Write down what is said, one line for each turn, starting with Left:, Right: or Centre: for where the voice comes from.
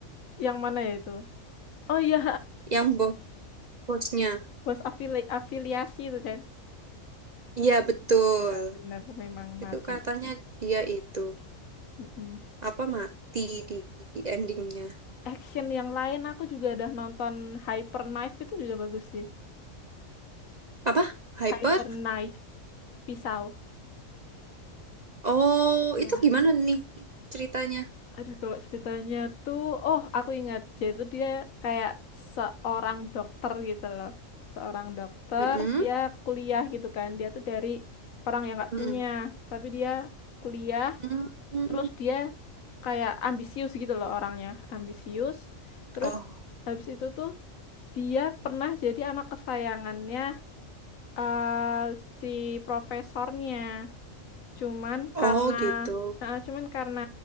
Left: Yang mana ya itu? Oh iya,
Right: Yang bos-bosnya.
Left: <laughs> bos afili afiliasi itu kan.
Right: Iya, betul.
Left: Iya, bener memang mati
Right: Itu katanya
Left: sih.
Right: dia itu
Left: Mm-mm.
Right: apa
Left: Terus
Right: mati di endingnya.
Left: action yang lain aku juga udah nonton Hyper Knife itu juga bagus sih.
Right: Apa? Hyper?
Left: Hyper Knife pisau.
Right: Oh,
Left: Ya.
Right: itu gimana nih ceritanya?
Left: Aduh, kalau ceritanya tuh, oh aku ingat, jadi tuh dia kayak seorang dokter gitu loh. Seorang dokter,
Right: Mm-mm,
Left: dia kuliah gitu kan. Dia tuh dari orang yang nggak
Right: mm-mm,
Left: punya, tapi dia kuliah,
Right: mm-mm.
Left: terus dia kayak ambisius gitu loh orangnya, ambisius. Terus
Right: Oh,
Left: habis itu tuh dia pernah jadi anak kesayangannya eh, si profesornya. Cuman karena
Right: oh gitu.
Left: eh, cuman karena